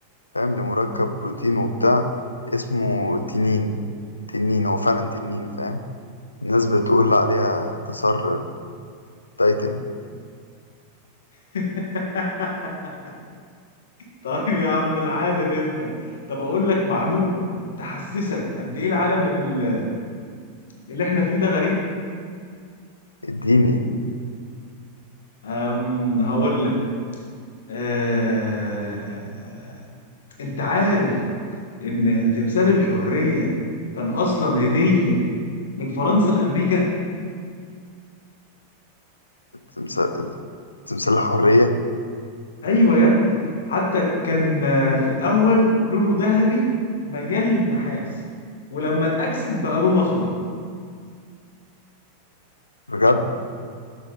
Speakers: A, on the left (about 80°); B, on the left (about 65°).
A: فاهم لمركب بروتين وبتاع اسمه تنين تنين هو فعلا تنين فاهم الناس بتقول عليها اختصار تايتن
B: <laughs> طيب يا عم العالم انت طب اقول لك معلومه تحسسك قد ايه العالم ال- اللي احنا فيه ده غريب
A: اديني
B: أم هقول لك أه... انت عارف ان تمثال الحريه كان اصلا هديه من فرنسا لامريكا
A: تمثال تمثال الحرية
B: ايوه يا ابني حتى كان آه، في الاول لونه ذهبي ميال للنحاس ولما اتاكسد بقى لونه اخضر
A: بجد